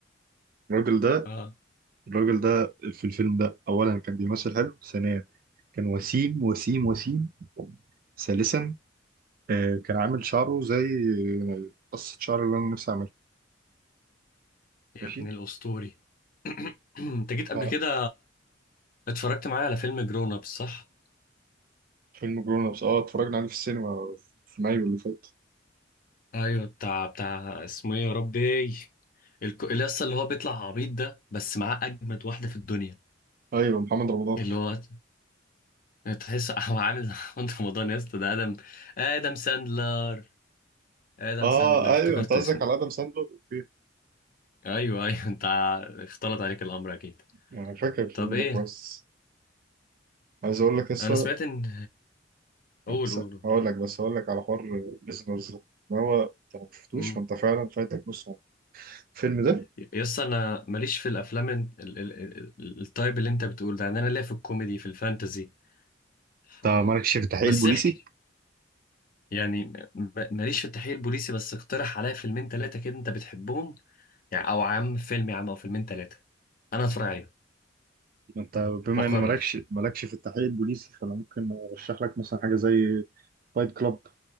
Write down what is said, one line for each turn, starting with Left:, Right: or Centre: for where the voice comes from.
Right: الراجل ده
Left: اه
Right: الراجل ده في الفيلم ده اولا كان بيمثل حلو ثانيا كان وسيم وسيم وسيم ثالثا آه، كان عامل شعره زي آه، قصة شعر اللي انا نفسي اعملها
Left: يا
Right: ماشي
Left: ابن الاسطوري <clears throat> انت جيت قبل
Right: ف-
Left: كده اتفرجت معايا على فيلم جرون اب صح
Right: فيلم جرون ابس اه اتفرجنا عليه في السينما في مايو اللي فات
Left: ايوه بتاع بتاع اسمه ايه يا ربي الك- اليس اللي هو بيطلع عبيط ده بس معاه اجمد واحده في الدنيا
Right: ايوه محمد رمضان
Left: اللي هو تحس هو عامل <laughs> محمد رمضان يا اسطى ده ادم ادم ساندلر ادم
Right: اه
Left: ساندلر افتكرت
Right: ايوه انت قصدك
Left: اسمه
Right: على ادم ساندلر اوكي
Left: ايوه ايوه انت ع- اختلط عليك الامر اكيد
Right: انا فاكر الفيلم
Left: طب ايه
Right: ده كويس عايز اقول لك لسه
Left: انا سمعت ان قول
Right: بس-
Left: قول قول
Right: هقول لك بس هقول لك على حوار بريزنرز ده إن هو انت لو ما شفتوش
Left: مم.
Right: فانت فعلا فايتك نص عمرك الفيلم ده
Left: يس انا ماليش في الافلام ال... ال... ال... ال- التايب اللي انت بتقول ده يعني انا ليا في الكوميدي في الفانتزي ف
Right: انت مالكش في التحقيق
Left: بس
Right: البوليسي
Left: احكي يعني م- م- ماليش في التحقيق البوليسي بس اقترح عليا فيلمين ثلاثه كده انت بتحبهم يعني او عم فيلم يا عم او فيلمين ثلاثه انا هتفرج عليهم
Right: انت بما
Left: واقرر
Right: ان مالكش مالكش في التحقيق البوليسي فانا ممكن ارشح لك مثلا حاجه زي فايت كلاب